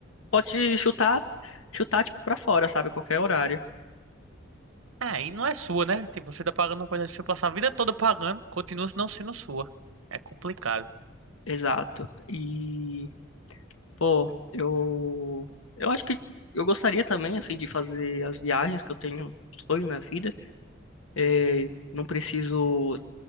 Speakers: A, on the left; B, on the right.
A: pode chutar, chutar, tipo, pra fora, sabe? Qualquer horário.
B: É, e não é sua, né? Tipo, você tá pagando uma coisa que você passar a vida toda pagando, continua não sendo sua. É complicado.
A: Exato. E, pô, eu, eu acho que eu gostaria também, assim, de fazer as viagens que eu tenho sonho na vida. É, não preciso